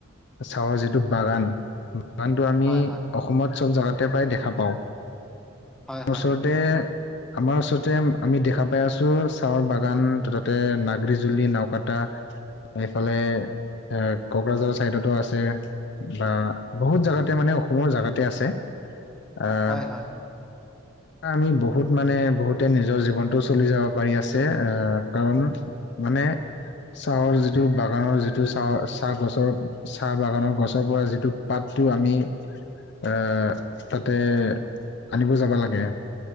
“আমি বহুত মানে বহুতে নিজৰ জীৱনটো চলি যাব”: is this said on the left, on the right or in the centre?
Left